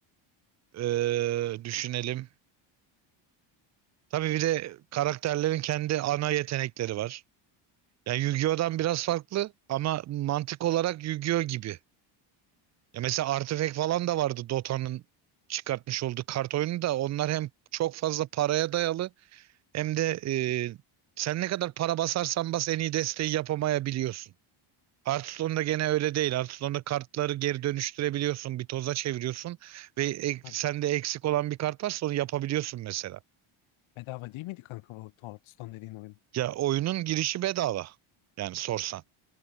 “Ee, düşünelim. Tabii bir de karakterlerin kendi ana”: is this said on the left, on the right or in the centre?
Right